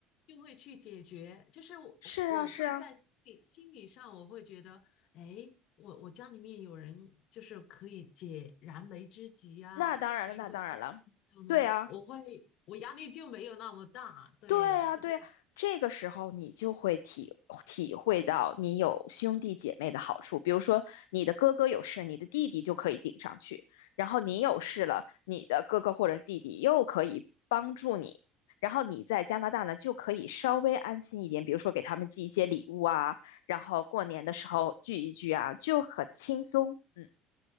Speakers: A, on the left; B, on the left.
A: 就会去解决。就是我我会在心理心理上，
B: 是啊，是啊，
A: 我会觉得。哎，我我家里面有人就是可以解燃眉之急啊，
B: 那当然了，
A: 就是会关心他们，
B: 那当然了，对啊。
A: 我会我压力就没有那么大，对，
B: 对呀，
A: 是这样。
B: 对呀，这个时候你就会体体会到你有兄弟姐妹的好处。比如说，你的哥哥有事，你的弟弟就可以顶上去；然后你有事了，你的哥哥或者弟弟又可以帮助你。然后你在加拿大呢，就可以稍微安心一点，比如说给他们寄一些礼物啊，然后过年的时候聚一聚啊，就很轻松。嗯